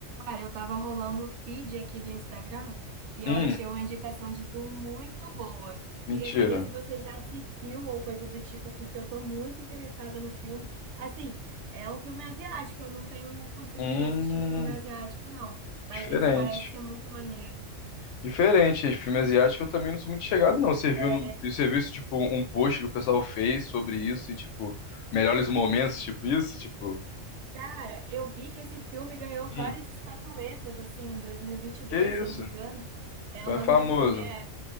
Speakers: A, on the right; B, on the left.
A: Cara, eu tava rolando o feed aqui do Instagram e
B: Hum,
A: eu achei uma indicação de filme muito boa.
B: mentira.
A: Queria saber se você já assistiu ou coisa do tipo, porque eu tô muito interessada no filme. Assim, é um filme asiático, eu não tenho o costume
B: Hum,
A: de assistir filme asiático, não, mas
B: diferente.
A: esse parece ser muito maneiro.
B: Diferente, esse filme asiático eu também não sou muito chegado, não. Você viu,
A: É,
B: no, você viu isso, tipo, um post que o pessoal fez sobre isso e, tipo, melhores momentos, tipo isso? Tipo,
A: cara, eu vi que esse filme ganhou várias
B: hum,
A: estatuetas, assim, em dois, mil e vinte e dois,
B: que
A: se
B: isso?
A: eu não me engano. É,
B: Então
A: o nome
B: é famoso.
A: do filme é